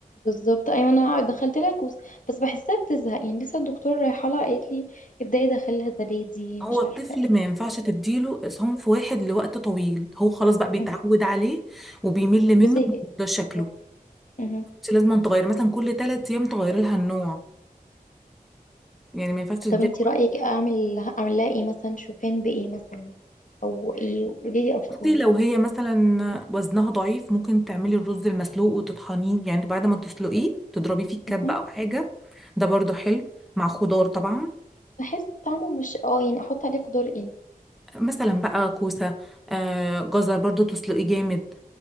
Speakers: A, on the left; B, in the centre.
A: بالظبط ايوه انا دخلت لها كوس بس بحسها بتزهق يعني لسه الدكتوره رايحه لها قالت لي ابداي دخلها زبادي
B: هو
A: مش
B: الطفل
A: عارفه ايه
B: ما ينفعش تديله صنف واحد لوقت طويل هو خلاص بقى بيتعود
A: مهم.
B: عليه وبيمل منه
A: وزهقت
B: وبيفضل شكله
A: بالظبط مهم.
B: انت لازم تغير مثلا كل ثلاث أيام تغيري لها النوع يعني ما ينفعش تديها
A: طب انتي رايك اعمل اعمل لها ايه مثلا شوفان بايه مثلا او ايه قولي لي افكار
B: بصي لو هي مثلا وزنها ضعيف ممكن تعملي الرز المسلوق وتطحنيه يعني بعد ما تسلقيه تضربي فيه الكبة
A: مهم.
B: أو حاجة ده برضو حلو مع خضار طبعا
A: بحس طعمه مش اه يعني احط عليه خضار ايه
B: مثلا بقى كوسة آه جزر برضو تسلقيه جامد